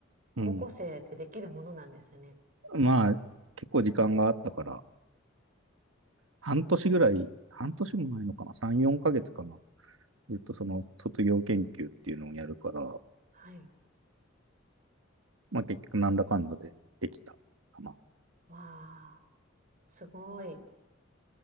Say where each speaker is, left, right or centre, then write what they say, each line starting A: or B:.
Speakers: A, on the right; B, on the right.
A: 高校生ってできるものなんですよね。
B: うん。まあ、結構時間があったから、半年ぐらい、半年もないのかな、3、4ヶ月かな。ずっとその卒業研究っていうのをやるから、
A: はい。
B: まあ結局なんだかんだでできたかな。
A: わあ、すごい。